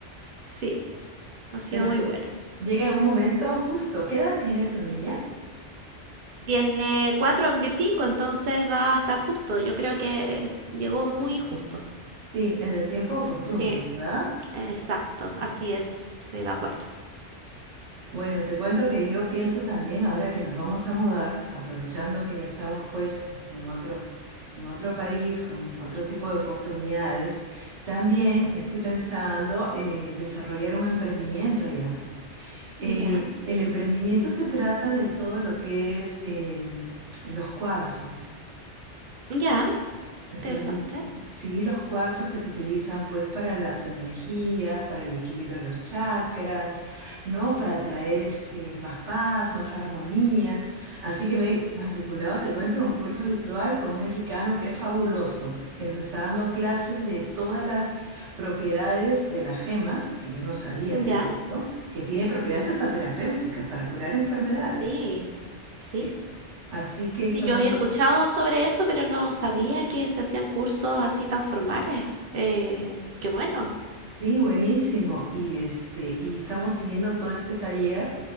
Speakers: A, on the right; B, on the right.
A: Sí, ha sido
B: Bueno,
A: muy
B: pero
A: bueno.
B: llega en un momento justo. ¿Qué edad tiene tu niña?
A: Tiene cuatro, va a cumplir cinco, entonces va a estar justo. Yo creo que llegó muy justo.
B: Sí, en el tiempo oportuno,
A: Sí,
B: ¿verdad?
A: exacto, así es, estoy de acuerdo.
B: Bueno, te cuento que yo pienso también ahora que nos vamos a mudar, aprovechando que ya estamos pues en otro, en otro país con otro tipo de oportunidades, también estoy pensando eh, desarrollar un emprendimiento allá. Eh,
A: Ya,
B: el emprendimiento se trata de todo lo que es el- los cuarzos.
A: ya,
B: O
A: interesante.
B: sea, ven- sí, los cuarzos que se utilizan pues para las energías, para el equilibrio de los chakras, ¿no? Para traer este, más paz, más armonía. Así que me he matriculado, te cuento, en un curso virtual con un mexicano que es fabuloso, que nos está dando clases de todas las propiedades de las gemas, que yo no sabía, te
A: Ya,
B: cuento, ¿no? que tiene propiedades hasta terapéuticas para curar enfermedades.
A: sí, sí.
B: Sí. Así que
A: Sí,
B: estamos
A: yo había
B: bien.
A: escuchado sobre eso, pero no sabía que se hacían cursos así tan formales. Eh, qué bueno.
B: Sí, buenísimo. Y este, y estamos siguiendo todo este taller